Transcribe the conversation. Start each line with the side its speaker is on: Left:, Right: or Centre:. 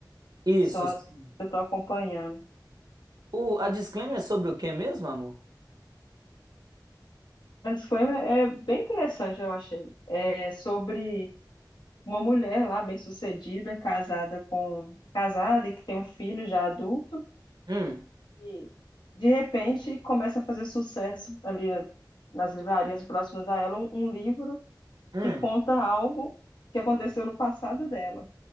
Right: isso,
Left: São as
Right: sim.
Left: que eu tô acompanhando.
Right: O, a disclaimer é sobre o que mesmo, amor?
Left: A Disclaimer é bem interessante, eu achei. É sobre uma mulher lá, bem-sucedida, casada com... casada e que tem um filho já adulto.
Right: Hum,
Left: E de repente começa a fazer sucesso ali nas livrarias próximas a ela um, um livro
Right: hum.
Left: que conta algo que aconteceu no passado dela.